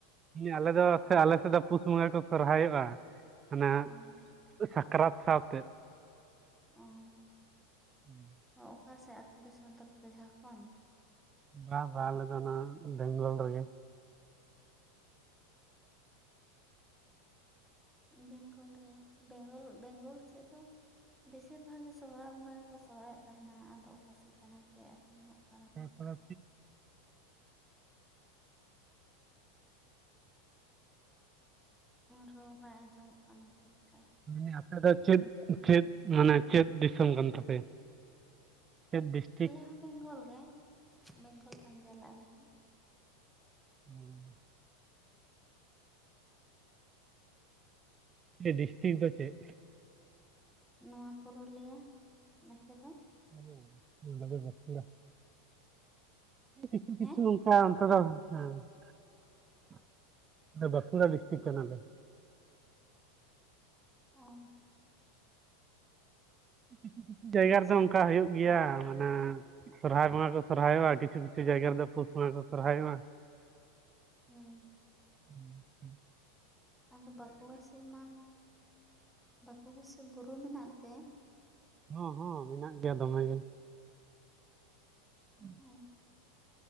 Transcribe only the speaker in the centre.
ᱚ
ᱚᱸ
ᱚᱠᱟ ᱥᱮᱫ ᱟᱹᱛᱩᱳ ᱫᱤᱥᱚᱢ ᱛᱟᱯᱮ ᱫᱚ ᱡᱷᱟᱲᱠᱷᱚᱱ?
ᱵᱮᱝᱜᱚᱞ ᱨᱮ ᱵᱮᱝᱜᱚᱞ ᱵᱮᱝᱜᱚᱞ ᱥᱮᱫ ᱫᱚ, ᱵᱮᱥᱤᱨ ᱵᱷᱟᱜᱽ ᱜᱮ ᱥᱚᱦᱨᱟᱭ ᱵᱚᱸᱜᱟ ᱜᱮᱠᱚ ᱥᱚᱦᱨᱟᱭᱮᱫ ᱛᱟᱦᱮᱱᱟ ᱟᱫᱚ ᱚᱠᱟᱥᱮᱫ ᱠᱟᱱᱟ ᱯᱮ ᱟᱯᱮ ᱫᱚ ᱚᱠᱟ ᱱᱟᱠᱷᱟ
ᱨᱚᱲ ᱵᱟᱭ ᱟᱸᱡᱚᱢᱚᱜ ᱠᱟᱱᱟ ᱴᱷᱤᱠ ᱴᱷᱟᱠ
ᱡᱟᱦᱟᱸ ᱵᱮᱝᱜᱚᱞ ᱜᱮ ᱵᱮᱝᱜᱚᱞ ᱠᱟᱱ ᱜᱮᱭᱟᱞᱮ ᱟᱞᱮ ᱦᱚᱸ
ᱱᱚᱣᱟ ᱯᱩᱨᱩᱞᱤᱭᱟ ᱟᱯᱮᱫᱚ?
ᱦᱮᱸ
ᱚ
ᱟᱪᱪᱷᱟ
ᱦᱩᱸ
ᱟᱫᱚ ᱵᱟᱸᱠᱩᱲᱟ ᱥᱮᱡ ᱢᱟ ᱵᱟᱸᱠᱩᱲᱟ ᱥᱮ ᱵᱩᱨᱩ ᱢᱮᱱᱟᱜ ᱛᱮ
ᱚ